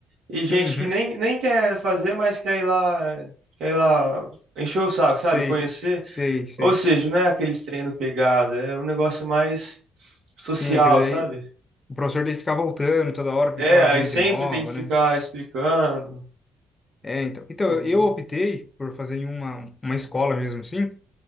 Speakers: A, on the right (about 80°); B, on the left (about 25°).
A: e gente
B: Uhum.
A: que nem, nem quer fazer, mas quer ir lá, quer ir lá encher o saco,
B: Sei,
A: sabe? Conhecer.
B: sei, sei.
A: Ou seja, não é aqueles treino pegado, é um negócio mais social,
B: Sim, é que daí
A: sabe?
B: o professor dele ficar voltando toda hora, porque
A: É,
B: toda hora
A: aí
B: tem gente
A: sempre
B: nova,
A: tem que ficar
B: né?
A: explicando.
B: É, então.
A: pro
B: Então,
A: povo
B: eu
A: lá.
B: optei por fazer em uma, uma escola mesmo, assim.